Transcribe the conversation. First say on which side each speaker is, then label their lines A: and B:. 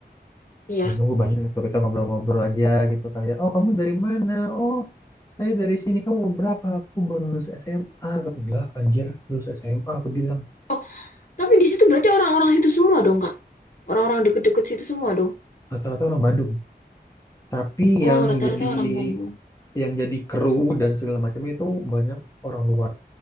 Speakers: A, on the left (about 50°); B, on the left (about 20°).
A: iya.
B: Ya nunggu banyak itu kita ngobrol-ngobrol aja gitu kayak oh kamu dari mana oh saya dari sini kamu umur berapa aku baru lulus SMA aku bilang anjir lulus SMA aku bilang
A: Oh, tapi di situ berarti orang-orang situ semua dong, Kak? Orang-orang deket-deket situ semua dong?
B: rata-rata orang Bandung tapi yang
A: Oh, rata-rata
B: jadi
A: orang Bandung.
B: yang jadi kru dan segala macam itu banyak orang luar